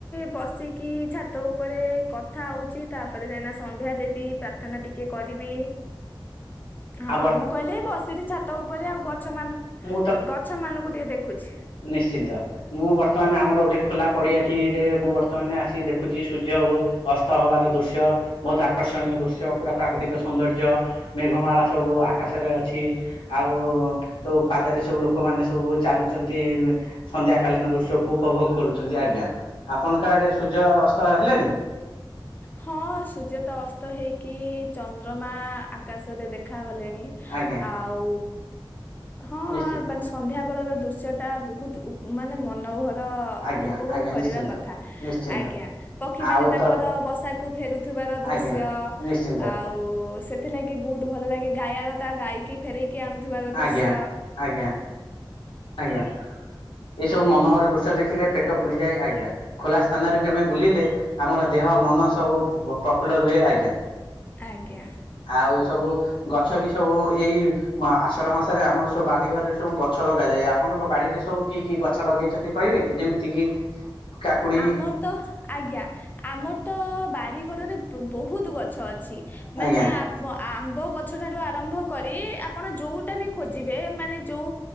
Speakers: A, on the left; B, on the left.
A: ବସିକି ଛାତ ଉପରେ କଥା ହଉଛି ତା ତାପରେ ଯାଇନା ସନ୍ଧ୍ୟା ଦେବି ପ୍ରାର୍ଥନା ଟିକେ କରିବି
B: ଆଉ
A: ହଁ
B: ବର୍
A: ମୁଁ କହିଲି ଏ ବସିଛି ଛାତ ଉପରେ ଆଉ ଗଛ ମ
B: ମୁଁ ତ
A: ଗଛ ମାନଙ୍କୁ ଟିକେ ଦେଖୁଛି।
B: ନିଶ୍ଚିନ୍ତ। ମୁଁ ବର୍ତ୍ତମାନ ଆମର ଗୋଟେ ଖୋଲା ପଡିଆଟିରେ ମୁଁ ବର୍ତ୍ତମାନ ଆସିିକ ଦେଖୁଛି ସୂର୍ଯ୍ୟ ଅସ୍ତ ହବାର ଦୃଶ୍ୟ ମୁ ତା କର୍ଷଣୀୟ ଦୃଶ୍ୟ ପୁରା ପ୍ରାକୃତିକ ସୌନ୍ଦର୍ଯ୍ୟ ମେଘମାଳା ସବୁ ଆକାଶରେ ଅଛି ଆଉ ସବୁ ପାଦରେ ସବୁ ଲୋକମାନେ ସବୁ ଚାଲୁଛନ୍ତି ସନ୍ଧ୍ୟା କାଳୀନ ଦୃଶ୍ୟକୁ ଉପଭୋଗ କରୁଛନ୍ତି ଆଜ୍ଞା। ଆପଣଙ୍କ ଆଡେ ସୂର୍ଯ୍ୟ ଅସ୍ତ ହେଲେଣିି?
A: ହଁ ସୁୂର୍ଯ ତ ଅସ୍ତ ହେଇକି ଚନ୍ଦ୍ରମା ଆକାଶରେ ଦେଖାାଗଲେ ଣୀ
B: ଆଜ୍ଞା
A: ଆଉ ହଁ
B: ନିଶ୍ଚିନ୍ତ
A: ମାନେ ସନ୍ଧ୍ୟା ବେଳ ଦୃ ଶ ଟା ବହୁତ ମାନେ ମନ
B: ଆଜ୍ଞା
A: ଉପଭୋଗ
B: ଆଜ୍ଞା
A: କରିବା
B: ନିଶ୍ଚିନ୍ତ।
A: କଥା
B: ନିଶ୍ଚିନ୍ତ
A: ଆଜ୍ଞା ପକ୍ଷୀ
B: ଆଉ
A: ମାନେ ତାଙ୍କ
B: ତ
A: ବଷାକୁ ଫେରୁଥିବାର ଦୃଶ୍ୟ
B: ଆଜ୍ଞା ନିଶ୍ଚିନ୍ତ
A: ଆଉ ସେ ଥିଲାଗି ବହୁତ ଭଲ ଲାଗେ ଗାୟାଳ ତା ଗାଇକି ଫେରେଇ କି ଆଣୁଥିବାର ଦୃଶ୍ୟ
B: ଆଜ୍ଞା
A: ଅ
B: ଆଜ୍ଞା ଆଜ୍ଞା ଏସବୁ ମନୋହର ଦୃଶ୍ୟ ଦେଖିଲେ ପ ଟ ପୁରି ଯାଏ। ଆଜ୍ଞା ଖୋଲା ସ୍ଥାନରେ ବି ଆମେ ବୁଲିଲେ ଆମର ଦେହ ମନ ସବୁ ପ୍ରଫୁଲ୍ଲ ରୁହେ। ଆଜ୍ଞା।
A: ଆଜ୍ଞା।
B: ଆଉ ସବୁ ଗଛ ବି ସବୁ ଏଇ ଆଷାଢ ମାସରେ ଆମର ସବୁ ବାରିଘରରେ ସବୁ ଗଛ ଲଗ ଲଗା ଯାଏ। ଆପଣଙ୍କ ବାଡି ରେ ସବୁ କି କି ଗଛ ଲଗେଇ ଛନ୍ତି କହିବେ କି ଯେମିତି କି କାକୁଡି
A: ଆମର ତ ଆଜ୍ଞା ଆମର ତ ବାଡ଼ିଘରରେ ବହୁତ ଗଛ ଅଛି। ମାନେ
B: ଆଜ୍ଞା
A: ଆପ ଆପ୍ ଆମ୍ବ ଗଛଠାରୁ ଆରମ୍ଭ କରି ଆପଣ ଯୋଉଟା ବି ଖୋଜିବେ ମାନେ ଯଉ